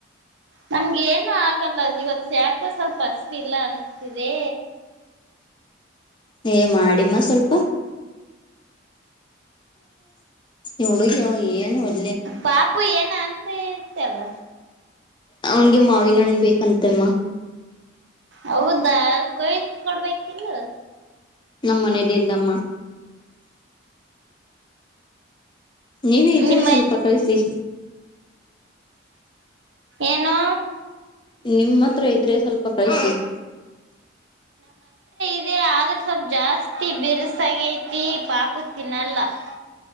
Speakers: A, on the right; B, on the left.
A: ನಮ್ಗೆ ಏನು ಆಗಲ್ಲ ಇವತ್ ಯಾಕೋ ಸ್ವಲ್ಪ ಹಸತಿ ಇಲ್ಲ ಅನಸ್ತಿದೆ
B: ಏ ಮಾಡಿಮ್ಮ ಸ್ವಲ್ಪ ಇವುಡುಗಿ ಏನು <unintelligible>
A: ಪಾಪು ಏನ ಅಂತ ಐತಲ್ಲ
B: ಅವನಿಗೆ ಮಾವಿನಣ ಬೇಕಂತೆಮ್ಮ
A: ಹೌದಾ ಕೊಯ್ದ ಕೊಡ್ಬೇಕಿಿಲ್ಲ
B: ನಮ್ಮ ಮನೇಲಿ ಇಲ್ಲಮ್ಮ ನೀವೇ ಇದ್ದ್ರೆ
A: ನಿಮ್ಮ
B: ಸ್ವಲ್ಪ ಕಳಿಸಿ
A: ಏನು
B: ನಿಮ್ಮ ಹತ್ರ ಇದ್ರೆ ಸ್ವಲ್ಪ ಕಳಿಸಿ <inaudible>
A: ಇದೇ ಆದ್ರೂ ಸ್ವಲ್ಪ ಜಾಸ್ತಿ ಬಿರ್ಸಾಗಐತಿ ಪಾಪು ತಿನ್ನಲ್ಲ ಹ್ಮ